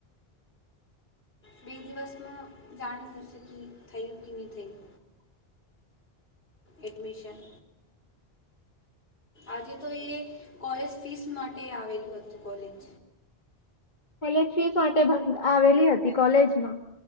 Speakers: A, on the left; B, on the left.
A: બે દિવસમાં જાણી જશે કે થયું કે નહી થયું. એડમિશન આજે તો એ કોલેજ ફીસ માટે આવેલું હતું કોલેજ.
B: કોલેજ ફીસ માટે આવેલી હતી કોલેજમાં.